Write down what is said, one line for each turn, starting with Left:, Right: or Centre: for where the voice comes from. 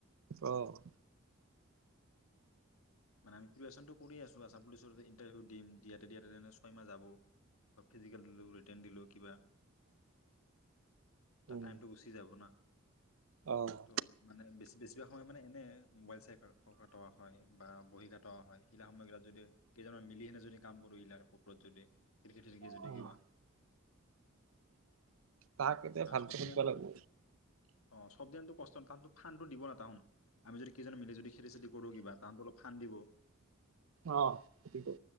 Right: অ
Left: মানে আমি প্ৰিপেয়াৰেষ্ণনটো কৰি আছো আছাম পুলিচত ইণ্টাৰভিউ দিম দিয়াতে দিয়াতে তেনে ছয়মাহ যাব বা ফিজিকেল দিলোঁ ৰিটাৰ্ণ দিলোঁ কিবা তাৰ
Right: উম
Left: টাইমটো গুচি যাব না
Right: অ'
Left: ত' মানে বেছি বেছিভাগ সময় মানে এনে মোবাইল চাই কটোৱা হয় অ বহি কাট হয় শিলা সময় এইবিলাক যদি কেইজনমান মিলিহনে যদি কাম কৰো ইিলাৰ কুকৰত যদি ক যদি
Right: উম
Left: কিবা
Right: তাক এতিয়া ভালকে
Left: চব
Right: সুধিব
Left: দিন
Right: লাগিব
Left: অ চব দিনো কষ্ট তাহ খানটো দিব ন তাহন আমি যদি কেইজন মিলি যদি খেতি চেতি কৰো কিবা তাহনতো অলপ ফা্দ দিব
Right: অ সতি